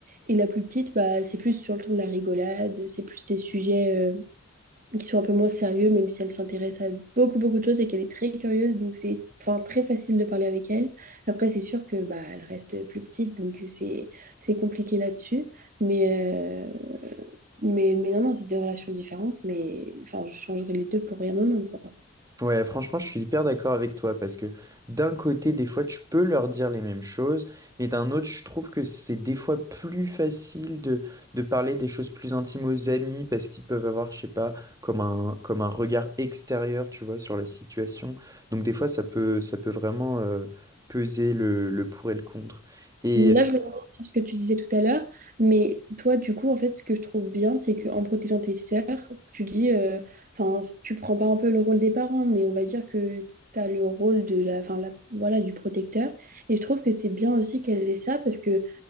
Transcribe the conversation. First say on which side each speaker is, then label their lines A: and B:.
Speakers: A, on the right; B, on the right.
A: Et la plus petite, bah, c'est plus sur le ton de la rigolade, c'est plus des sujets euh, qui sont un peu moins sérieux, même si elle s'intéresse à beaucoup, beaucoup de choses et qu'elle est très curieuse, donc c'est enfin, très facile de parler avec elle. Après, c'est sûr que bah, elle reste plus petite, donc c'est c'est compliqué là-dessus. Mais, euh, mais, mais non, non, c'est des relations différentes, mais enfin, je changerais les deux pour rien au monde, quoi.
B: Ouais, franchement, je suis hyper d'accord avec toi parce que d'un côté, des fois, tu peux leur dire les mêmes choses, mais d'un autre, je trouve que c'est des fois plus facile de, de parler des choses plus intimes aux amis parce qu'ils peuvent avoir, je sais pas, comme un, comme un regard extérieur, tu vois, sur la situation. Donc, des fois, ça peut, ça peut vraiment euh, peser le, le pour et le contre. Et
A: Mais là, je reviens sur ce que tu disais tout à l'heure, mais toi, du coup, en fait, ce que je trouve bien, c'est qu'en protégeant tes sœurs, tu dis, euh, enfin, tu prends pas un peu le rôle des parents, mais on va dire que tu as le rôle de la, enfin, la- voilà, du protecteur. Et je trouve que c'est bien aussi qu'elles aient ça, parce que